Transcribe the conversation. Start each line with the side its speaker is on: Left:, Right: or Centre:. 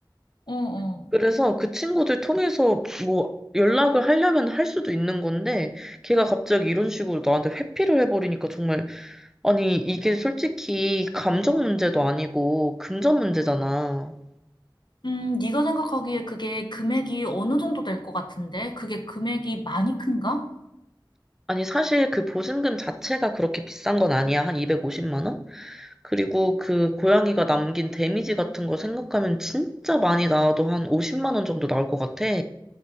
Left: 어, 어.
Centre: 그래서 그 친구들 통해서 뭐 연락을 하려면 할 수도 있는 건데, 걔가 갑자기 이런 식으로 나한테 회피를 해버리니까 정말, 아니, 이게 솔직히 감정 문제도 아니고 금전 문제잖아.
Left: 음, 네가 생각하기에 그게 금액이 어느 정도 될 것 같은데? 그게 금액이 많이 큰가?
Centre: 아, 니 사실 그 보증금 자체가 그렇게 비싼 건 아니야. 한 250만 원? 그리고 그 고양이가 남긴 데미지 같은 거 생각하면 진짜 많이 나와도 한 50만 원 정도 나올 것 같아.